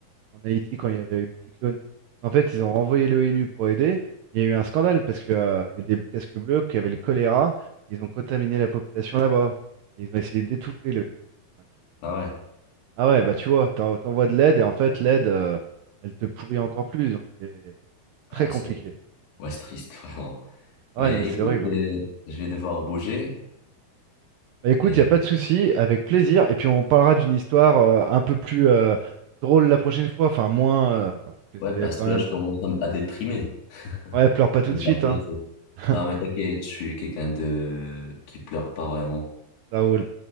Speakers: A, on the right; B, on the left.
A: en Haïti quand il y avait eu le cyclone. En fait, ils ont renvoyé l'ONU pour aider. Il y a eu un scandale parce que euh, il y a des casques bleus qui avaient le choléra. Ils ont contaminé la population là-bas. Ils ont essayé d'étouffer l'ONU.
B: Ah ouais,
A: Ah ouais, bah tu vois, t'en- t'envoies de l'aide et en fait l'aide, euh, elle te pourrit encore plus, donc c'est
B: ah,
A: très compliqué.
B: c'est ouais, c'est triste, <laughs> vraiment.
A: Ah
B: Mais
A: ouais, non mais c'est
B: écoute,
A: horrible. hein.
B: euh, je vais devoir bouger.
A: Bah écoute,
B: Et...
A: il a pas de souci, avec plaisir, et puis on parlera d'une histoire euh, un peu plus euh, drôle la prochaine fois, enfin moins, euh, parce que
B: Ouais,
A: c'est
B: parce
A: quand
B: que
A: même...
B: là, je commence à, m- à déprimer. <laughs>
A: Ouais, pleure pas tout
B: Je
A: de
B: vais devoir
A: suite,
B: te
A: hein.
B: laisser.
A: <laughs>
B: Non, mais t'inquiète, je suis quelqu'un de... qui pleure pas vraiment.
A: Ça roule.